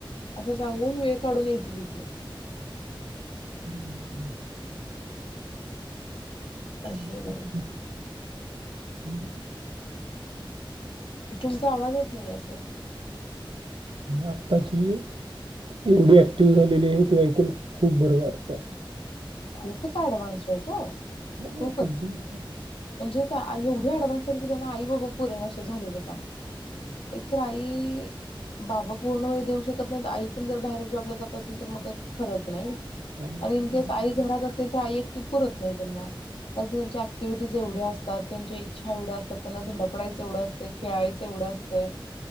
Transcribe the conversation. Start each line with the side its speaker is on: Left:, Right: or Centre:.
Left: असा सांगून वेळ काढून येते तिथनं
Right: अरे बापरे <unintelligible>
Left: अशी आहे बघा
Right: मुल
Left: तुमचा आवाज येत नाहीये सर
Right: आताची एवढी ऍक्टिव्ह झालेली आहे ते ऐकून खूप बरं वाटत.
Left: खूपच ऍडव्हान्स आहेत ओ
Right: नाही,
Left: खूपच
Right: समजून येतं.
Left: म्हणजे त्या एवढी अडवायाचं केकांना आई बाबा पुरेणासेे झालेत आता एक तर आई बाबा पूर्ण वेळ देऊ शकत नाहीत आई पण जर बाहेर जॉबला जात असली तर मग काही खरंच नाही
Right: <inaudible>
Left: आणि इनकेस आई घरात असतय तर आई एकटी पूरत नाही त्यांना <unintelligible> त्यांच्या ऍक्टिव्हिटीज एवढ अस त्यात त्यांच्या इच्छा एवढ्या असतात, त्यांना धडपडायचं एवढं असतय, खेळायचं एवढं असतय